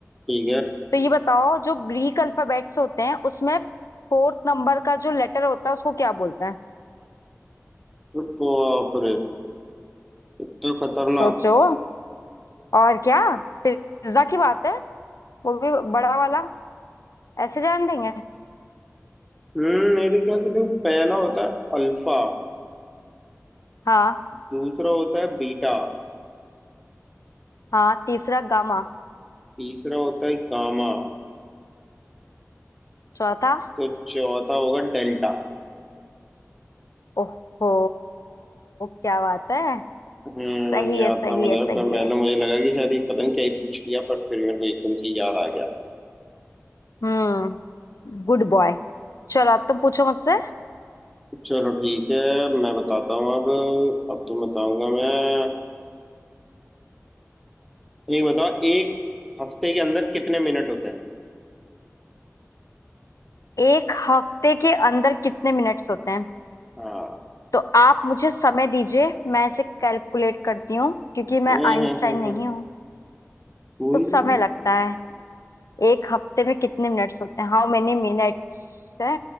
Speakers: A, in the centre; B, on the left.
A: ठीक है
B: तो ये बताओ जो ग्रीक अल्फाबेट्स होते हैं उसमें फोर्थ नंबर का जो लेटर होता है उसको क्या बोलते हैं
A: तो बाप रे इतना खतरनाक
B: सोचो और क्या पिज्जा की बात है वो भी बड़ा वाला ऐसे जान देंगे
A: हम्म मेरे ख्याल से देखो पहला होता है अल्फा
B: हाँ
A: दूसरा होता है बीटा
B: हाँ तीसरा गामा
A: तीसरा होता है गामा
B: चौथा
A: तो चौथा होगा डेल्टा
B: ओहो क्या बात है
A: हम्म
B: सही
A: याद
B: है सही
A: था मुझे
B: है सही
A: पर पहले
B: है
A: मुझे लगा कि शायद ये पता नहीं क्या ही पूछ लिया बट फिर मेरे को एकदम से याद आ गया
B: हम्म Good boy चलो अब तुम पूछो मुझसे
A: चलो ठीक है मैं बताता हूँ अब अब तुम बताऊंगा मैं एक बताओ एक हफ्ते के अंदर कितने मिनट होते हैं
B: एक हफ्ते के अंदर कितने मिनट्स होते हैं
A: हाँ
B: तो आप मुझे समय दीजिए मैं इसे कैलकुलेट करती हूँ क्योंकि
A: हम्म
B: मैं आइंस्टाइन
A: हम्म
B: नहीं
A: हम्म
B: हूँ
A: हम्म।
B: तो समय लगता है एक हफ्ते में कितने मिनट्स होते हैं हाउ मेनी मिनट्स है